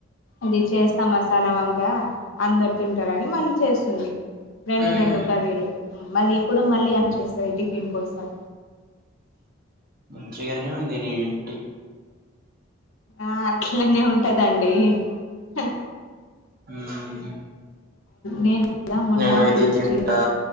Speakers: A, on the left; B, on the right.
A: ఇది చేస్త మసాల వంక అందరు తింటారని మళ్ళీ చేస్ రెండు
B: మ్మ్.
A: రెండు కర్రీలు మళ్ళీ ఇప్పుడు మళ్ళీ అని చేస్తది టిఫిన్ కోసం
B: మంచిగనే ఉంది నీ ఇంటి
A: ఆ అట్లనే ఉంటదండి హ్
B: హుమ్మ్
A: నేను కదా మొన్న
B: నేను ఇది
A: అది
B: తింటా